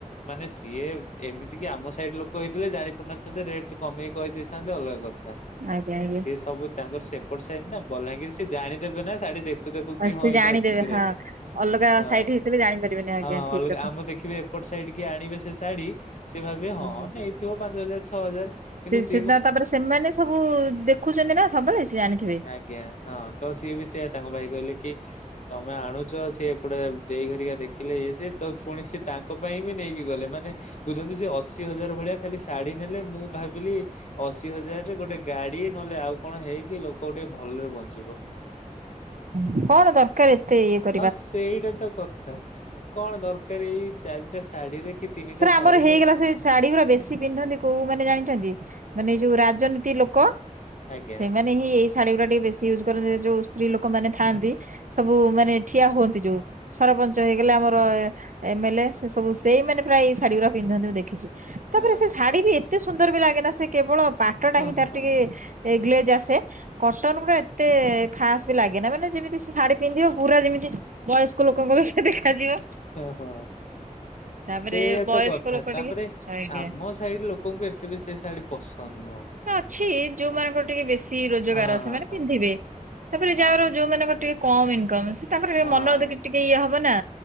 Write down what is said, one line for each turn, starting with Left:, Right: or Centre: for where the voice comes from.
Left: ମାନେ ସିଏ ଏମିତି କିି ଆମ ସାଇଡ ଲୋକ ହେଇଥିଲେ ଜାଣି ପାରୁନଥାନ୍ତେ ରେଟ୍ କମେଇ କହିଦେଇ ଥାନ୍ତେ ଅଲଗା କଥା
Right: ଆଜ୍ଞା ଆଜ୍ଞା।
Left: ସିଏ ସବୁ ତାଙ୍କର ସେପ୍ ପଢିସାଇନ ନା ବଲାଙ୍ଗୀର ସିଏ ଜାଣିଦେବେ ନା ଶାଢୀ ଦେ ଖୁ ଦେଖୁ
Right: ଆ
Left: କି
Right: ସେ
Left: ହଁ ଏଇଟା
Right: ଜାଣିଦେବେ
Left: ଏତିକି ରେଟେ
Right: ହଁ ଅଲଗା
Left: ହଁ
Right: ସାଇଟ୍ ହେଇଥିଲେ ଜାଣିପାରିବେନି ଆଜ୍ଞା
Left: ହଁ
Right: ଠିକ୍
Left: ଅଲଗା
Right: କଥା।
Left: ଆମ ଦେଖିବେ ଏପଟ ସାଇଡିକି ଆଣିବେ ସେ ଶାଢୀ ସେ ଭାବବେ ହଁ
Right: ଆଜ୍ଞା
Left: ନେଇଥିବ ପାଞ୍ଚ ହଜାର ଛଅ ହଜାର କିନ୍ତୁ ସ୍
Right: ସେଟା ତାପରେ ସେମାନେ ସବୁ ଦେଖୁଚନ୍ତି ନା ସବୁବେଳେ ସେ ଜାଣିଥିବେ।
Left: ଆଜ୍ଞା ହଁ ତ ସିଏ ବି ସେୟା ତାଙ୍କ ଭାଇ କହିଲେ କି ତମେ ଆଣୁଚ ସିଏ ଏପଟେ ଦେଇ ହରିକା ଦେଖିଲେ ଇଏ ସିଏ ତ ଫୁଣି ସେ ତାଙ୍କ ପାଇଁ ବି ନେଇକି ଗଲେ ମାନେ ବୁଝନ୍ତୁ ସିଏ ଅଶି ହଜାର ଭଳିଆ ଖାଲି ଶାଢୀ ନେଲେ ମୁଁ ଭାବିଲି ଅଶି ହଜାରରେ ଗୋଟେ ଗାଡି ନହେଲେ ଆଉ କଣ ହେଇକି ଲୋକ ଗୋଟିଏ ଭଲରେ ବଞ୍ଚିବ।
Right: ହୁଁ କଣ ଦର କାର ଏତେ ଇଏ କ
Left: ହଁ ସେଇଟା ତ କଥା କଣ ଦରକାର ଏଇ ଚାରିଟା ଶାଢୀରେ କି ତିନିଟା
Right: ସେରା
Left: ଶାଢୀରେ
Right: ଆମର ହେଇଗଲା ସେଇ ଶାଢୀଗୁରା ବେଶ୍ ଛି ପିନ୍ଧନ୍ତି କୋଉ ମାନେ ଜାଣିଛନ୍ତି ମାନେ ଏଇ ଯୋଉ ରାଜନୀତି ଲୋକ
Left: ଆଜ୍ଞା।
Right: ସେମାନେ ହିଁ ଏଇସ୍ ଶାଢୀଗୁରା ଟିକେ ବେଶୀ ୟୁଜ କରନ୍ତି ଏ ଯୋଉ ସ୍ତ୍ରୀ ଲୋକମାନେ ଥାଆନ୍ତି ସବୁ ମାନେ ଠିଆ ହୁଅନ୍ତି ଯୋଉ। ସରପଞ୍ଚ ହେଇଗଲେ ଆମର ଏ ଏମ୍ ଏଲ୍ ଏ ସେ ସବୁ ସେଇମାନେ ପ୍ରାୟେ ଏଇ ଶାଢୀଗୁରା ପିନ୍ଧନ୍ତି ମୁଁ ଦେଖିଚି।
Left: ହଁ
Right: ତାପରେ ସେ ଶାଢୀ ବି ଏତେ ସୁନ୍ଦର ବି ଲାଗେନା ସେ କେବଳ ପାଟଟା ହିଁ
Left: ହଁ
Right: ତାର ଟିକେ
Left: ହଁ
Right: ଏ ଗ୍ଲେଜ ଆସେ କଟନଗୁଡା ଏତେ ଖାସ ବି ଲାଗେନା ମାନେ ଯେମିତି ସେ ଶାଢୀ ପିନ୍ଧିବ ପୁରା ଯେମିତି ବୟସ୍କ ଲୋକଙ୍କ ଭଳିଆ ଦେଖାଯିବ।
Left: ଓହୋ
Right: ତାପରେ
Left: ସେଇଆ ତ
Right: ବୟସ୍କ
Left: କଥା
Right: ଲୋକ
Left: ତାପରେ
Right: ଟିକେ ଆଜ୍ଞା।
Left: ଆମ ସ୍ ସାଇଡ୍ ଲୋକଙ୍କୁ ଏତେ ବି ସେ ଶାଢୀ ପସନ୍ଦ ନୁହଁ।
Right: ନା ଅଛି ଯୋଉମାନଙ୍କର ଟିକେ ବେଶୀ ରୋଜଗାର
Left: ହଁ
Right: ସେମାନେ
Left: ହଁ ହଁ
Right: ପିନ୍ଧିବେ ତାପରେ
Left: ହଁ
Right: ଯାଅର ଯୋଉମାନଙ୍କର ଟିକେ କମ୍ ଇନକମ୍ ସେ ତାପରେ ଏ
Left: ହଁ।
Right: ମନ ଦି ଟିକେ ଇଏ ହବ ନା